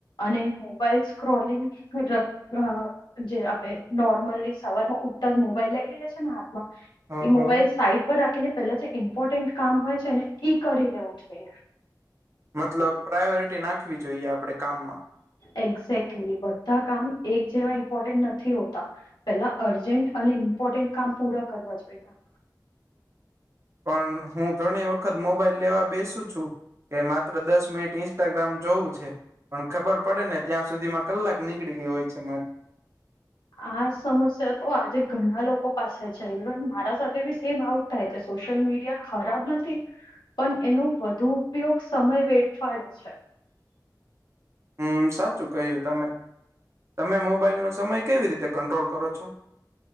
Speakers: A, on the left; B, on the right.
A: અને મોબાઈલ સ્ક્રોલિંગ <inaudible> અ જે આપડણે નોર્મલી સવાર માં ઉઠતા જ મોબાઈલ લઈ લઈ જશે ને હાથમાં
B: હ
A: એ
B: હ
A: મોબાઈલ સાઈટ પર રાખીને પેલા જે ઇમ્પોર્ટન્ટ કામ હોય છે એને ઈ કરીને ઉજવેએ
B: મતલબ પ્રાયોરિટી નાખવી જોઈએ આપડણે કામમાં
A: એક્ઝેકલી બધા કામ એક જેવા ઇમ્પોર્ટન્ટ નથી હોતા પેલા અર્જન્ટ અને ઇમ્પોર્ટન્ટ કામ પૂરા કરવા જોઈએ
B: પણ હું ઘણી વખત મોબાઈલ લેવા બેસું છું કે માત્ર દસ મિનિટ ઇન્સ્ટાગ્રામ જોવું છે પણ ખબર પડે ને ત્યાં સુધી માં કલાક નીકળી ગય હોય છે મારી
A: આ સમસ્યા તો આજે ઘણા લોકો પાસે છે ઇવન મારા સાથે બી સેમ આવુ સોશિયલ મીડિયા ખરાબ નથી પણ એનો વધુ ઉપયોગ સમય વેડફાડે છે
B: હમ સાચું કહ્યું તમે તમે મોબાઈલનો સમય કેવી રીતે કંટ્રોલ કરો છો